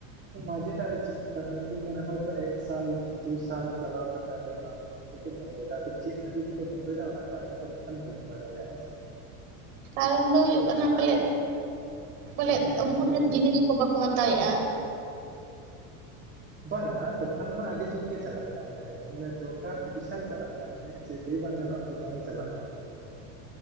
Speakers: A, on the right; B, on the right.
A: ᱛᱚ ᱢᱟᱡᱷᱮᱴᱟᱜ ᱨᱮ ᱪᱤᱠᱟᱹ ᱩᱱᱠᱩ ᱢᱟᱱᱮ ᱦᱚᱭᱛ ᱮᱠ ᱥᱟᱞ ᱫᱩ ᱥᱟᱞ ᱪᱟᱞᱟᱣ ᱠᱟᱛᱮᱜ ᱟᱫᱚ ᱚᱱᱟ ᱫᱚ ᱠᱤᱱᱛᱩ ᱠᱚ ᱵᱚᱱᱫᱚᱭᱮᱫᱟ, ᱟᱫᱚ ᱪᱮᱫ ᱠᱷᱟᱹᱛᱤᱨ ᱛᱮᱠᱚ ᱵᱚᱱᱫᱚᱭᱮᱫᱟ ᱚᱱᱟ ᱠᱟᱨᱚᱱ ᱫᱚ ᱱᱟᱜ ᱠᱷᱟᱱ ᱵᱟᱹᱧ ᱵᱟᱰᱟᱭᱟ ᱦᱮᱸᱥᱮ ᱾
B: ᱠᱟᱨᱚᱱ ᱫᱚ ᱦᱩᱭᱩᱜ ᱠᱟᱱᱟ ᱯᱟᱞᱮᱫ
A: ᱠᱟᱱ
B: ᱯᱟᱞᱮᱫ
A: ᱦᱮᱸ
B: ᱩᱱᱠᱩ ᱴᱷᱮᱱ
A: ᱞᱟᱹᱭᱢᱮ
B: ᱡᱤᱱᱤᱥ ᱵᱟᱠᱚ ᱦᱟᱛᱟᱣᱮ-ᱟ ᱾
A: ᱵᱟᱝ-ᱟ ᱫᱚᱠᱟᱱ ᱢᱟ ᱟᱹᱰᱤ ᱡᱳᱨ ᱜᱮ ᱪᱟᱞᱟᱜ ᱠᱟᱱ ᱛᱟᱦᱮᱸᱫ ᱢᱟᱱᱮ ᱫᱚᱨᱠᱟᱨ ᱵᱤᱥᱟᱞ ᱪᱟᱞᱟᱜ ᱠᱟᱱ ᱛᱟᱦᱮᱸᱫ ᱾ ᱦᱮᱸ ᱡᱮ ᱞᱟᱹᱭ ᱵᱟᱝ ᱜᱟᱱᱚᱜ-ᱟ ᱡᱮ ᱵᱟᱝ ᱪᱟᱞᱟᱜ ᱠᱟᱱᱟ ᱢᱮᱱᱛᱮ ᱾